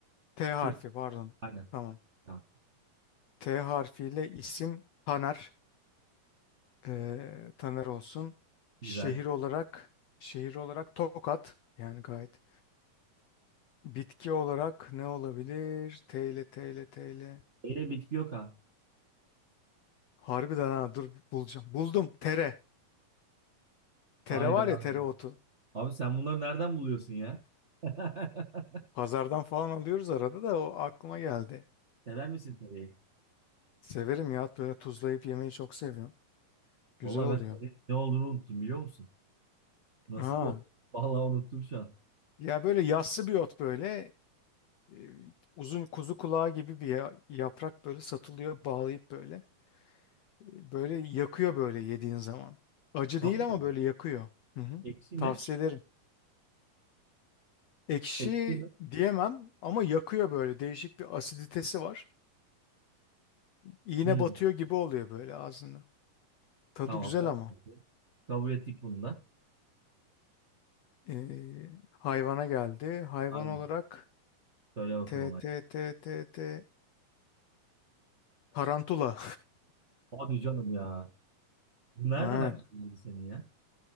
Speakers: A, on the left (about 85°); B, on the right (about 45°).
A: T harfi
B: T.
A: pardon.
B: Aynen.
A: Tamam.
B: Ya,
A: T harfiyle isim Taner. Ee, Taner olsun.
B: güzel.
A: Şehir olarak şehir olarak Tokat. Yani gayet. Bitki olarak ne olabilir? T ile T ile T ile.
B: Eyle bitki yok ha.
A: Harbiden ha dur bulacağım. Buldum. Tere. Tere
B: Hayda.
A: var ya tereotu.
B: Abi sen bunları nereden buluyorsun ya? <laughs>
A: Pazardan falan alıyoruz arada da o aklıma geldi.
B: Sever misin tereyi?
A: Severim ya böyle tuzlayıp yemeyi çok seviyorum. Güzel
B: Vallahi
A: oluyor.
B: ben tereyi ne olduğunu unuttum biliyor musun? Nasıl
A: Aa
B: bir oldu? Vallahi unuttum şu an.
A: Ya böyle yassı bir ot böyle e, uzun kuzu kulağı gibi bir ya- yaprak böyle satılıyor bağlayıp böyle. E, Böyle yakıyor böyle yediğin zaman. Acı
B: Tamam
A: değil ama
B: mı?
A: böyle yakıyor. Hı hı.
B: Ekşi mi?
A: Tavsiye ederim. Ekşi
B: Ekşi mi?
A: diyemem ama yakıyor böyle değişik bir asiditesi var. İğne
B: Hmm,
A: batıyor gibi oluyor böyle ağzında. Tadı
B: tamam.
A: güzel
B: o
A: ama.
B: geldi. Kabul ettik bunu da.
A: E, hayvana geldi. Hayvan
B: Aynen.
A: olarak
B: Söyle bakalım
A: T
B: hadi.
A: T T T T tarantula.
B: Hadi canım ya. Bu nereden
A: <laughs> Aynen.
B: aklına geldi senin ya?